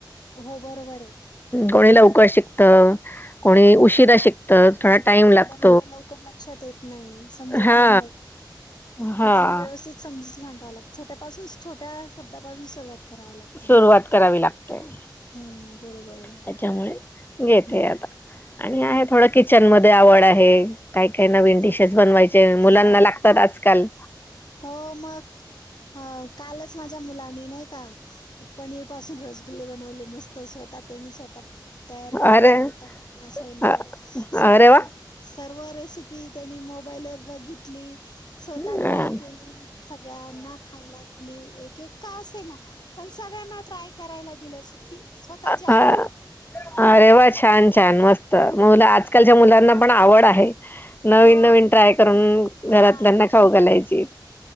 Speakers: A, on the left; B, on the left.
A: हो बरोबर आहे.
B: कोणी लवकर शिकत कोणी उ शिरा शिकतं. थोडा टाइम लागतो.
A: ल लक्षात येत नाही समजत
B: हा
A: नाही का
B: हा
A: म त्यांना व्यवस्थ सम छोट्यापून छोट्या शब्दापासूनसुरुवात. कराव लागते मग
B: सुरुवात करावी लागते
A: ह, बरोबर आहे,
B: त्याच्यामुळे घेते
A: हम्म!
B: आता. आणि आहे थोडं किचन मध्ये आवड आहे. काय काही नवीन डिशेस
A: अरे
B: बनवायचे मुलांना
A: वाह!
B: लागतात. आजकाल,
A: हो, मग कालच माझ्या मुलानी नाही पनीर पासून रसगुल्ले बनवले मस्त स्वतः त्यांनी स्वतः तयार केलंवलं
B: अरे अरे
A: स्वतः
B: वा
A: सर्व <unintelligible> त्यांनी मोबाईल व बघितली. स्वतः
B: अ
A: ट्राय केली, सगळ्यांना खायला दिली एक एक का असेना पण सगळ्यांना ट्राय करायला दिलं स्वतःची आवड.
B: अ अरे वा छान छान मस्त मुलं आजकालच्या मुलांना पण आवड आहे.
A: हो
B: नवीन नवीन ट्राय करून
A: हा
B: घरातल्यांना खाऊ घालायची.